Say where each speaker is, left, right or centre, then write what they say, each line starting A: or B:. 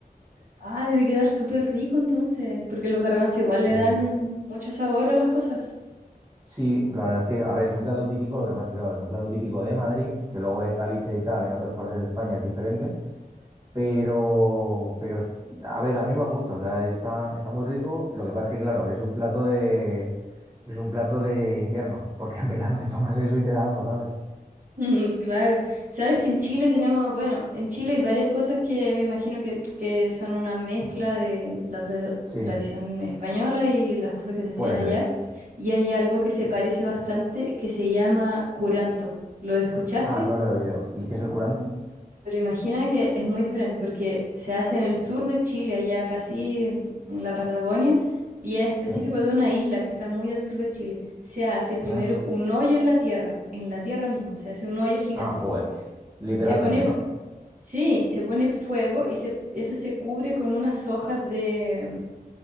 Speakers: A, on the right (about 60°); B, on the right (about 30°).
A: Ah, debe quedar súper rico entonces, porque los garbanzos igual le
B: Eh,
A: dan mucho sabor a las cosas.
B: sí, la verdad es que, a ver, es un plato típico, lo que pasa es que, claro, es un plato típico de Madrid, que luego en Galicia y tal, en otras partes de España es diferente, Pero, pero, es- a ver, a mí me gusta, o sea, está, está muy rico. Lo que pasa es que, claro, es un plato de, es un plato de invierno, porque en verano te tomas eso y te da algo, ¿sabes?
A: <laughs> Claro, sabes que en Chile tenemos, bueno, en Chile hay varias cosas que me imagino que, que son una mezcla de la tra-
B: Sí,
A: tradición española y las cosas que se hacían
B: puede
A: allá.
B: ser.
A: Y hay algo que se parece bastante que se llama curanto. ¿Lo escuchaste?
B: Ah, no le he oído. ¿Y qué es el curanto?
A: Pero imagina que es muy diferente porque se hace en el sur de Chile, allá casi en la Patagonia, y es específico
B: Sí.
A: de una isla que está muy al sur de Chile. Se hace primero
B: Mm.
A: un hoyo en la tierra, en la tierra mismo, se hace un hoyo gigante.
B: Ah, joder. Literalmente,
A: Se pone
B: ¿no?
A: Sí, se pone fuego y se, eso se cubre con unas hojas de,